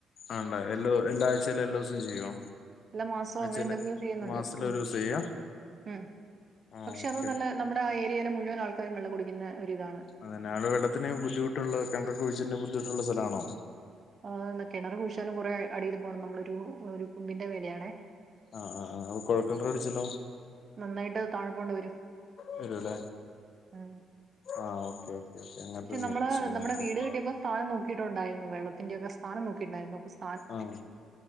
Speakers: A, on the left; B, on the right.
A: ആണ്ടേ എല്ലോ എല്ലാ ആഴ്ചയിലും എല്ലോസും ചെയ്യോ?
B: എല്ല മാസോം
A: ആഴ്ചയില്
B: അങ്ങനെന്തെക്ക്യോ ചെയ്യുന്നുണ്ട്
A: മാസത്തില്
B: ഉം
A: ഒരു ദിവസം ചെയ്യാ
B: ഉം
A: ആ
B: പക്ഷെ
A: ഓക്കെ
B: അത് നല്ല നമ്മടെ ആ ഏരിയയിലെ മുഴുവൻ ആൾക്കാരും വെള്ളം കുടിക്കുന്ന ഒരിതാ
A: അതെന്നെ അവടെ വെള്ളത്തിന് ബുദ്ധിമുട്ടുള്ള കെൺര്രൊക്കെ കുഴിച്ച്‌ട്ണ ബുദ്ധിമുട്ടുള്ള സ്ഥലാണോ?
B: ആണ് കിണറ് കുഴിച്ചാലും കുറെ അടിയില് പോണം നമ്മളൊരു ഒരു കുന്നിന്റെ മേലേയാണേ.
A: ആഹ് ആഹ് ആഹ് അപ്പോ കൊഴകെണറടിച്ചല്ലോ
B: നന്നായിട്ട് താഴെ പോവേണ്ടി വരും.
A: വെരൂല്ലേ
B: ഉം
A: ആഹ് ഓക്കെ ഓക്കെ ഓക്കെ അങ്ങൻത്ത
B: പക്ഷെ നമ്മള് നമ്മുടെ
A: <unintelligible>
B: വീട് കിട്ടിയപ്പോ
A: <unintelligible>
B: സ്ഥാനം നോക്കിട്ടുണ്ടായിരുന്നു വെള്ളത്തിൻ്റ്യൊക്കെ സ്ഥാനം നോക്കിട്ട്ണ്ടായിരുന്നു അപ്പോ സ്
A: ആഹ്